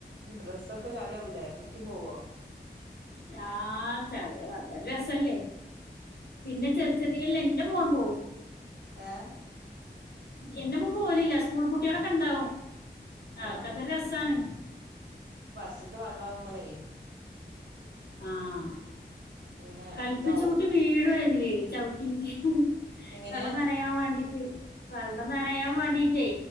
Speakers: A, on the right (about 80°); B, on the left (about 65°).
A: ഡ്രസ് ഒക്കെ ചളിയാ ല്ലേ കുട്ടീം പോവോ?
B: ആഹ് ചളിയ അതൊരു രസല്ലേ. പിന്നെ ചെറിയ ചെറിയ <unintelligible> <unintelligible>
A: ഏഹ്.
B: എന്റെ മോൻ പോകലില്ല സ്കൂൾ കുട്ടികളൊക്കെ ഉണ്ടാവും. അവർക്കതൊരു
A: ആഹ്
B: രസാണ്.
A: റ്റത്ത് വെള്ളാവുമ്പളേ
B: ആഹ്
A: ഇങ്ങനെ
B: കല്പ്പിച്ചൂട്ടി
A: ഇതാവും
B: വീഴും അതിലേ ചവിട്ടീട്ട്
A: എങ്ങനെ
B: വെള്ളം നനയാൻ വേണ്ടീട്ട് വെള്ളം നനയാൻ വേണ്ടി ഈറ്റേ